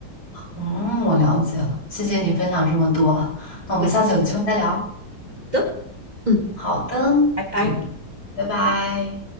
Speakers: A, on the left (about 75°); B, on the right (about 20°).
A: 嗯，我了解了，谢谢你分享这么多，那我们下次有机会再聊。
B: 对的，嗯。
A: 好的，
B: 拜拜。
A: 嗯，拜拜。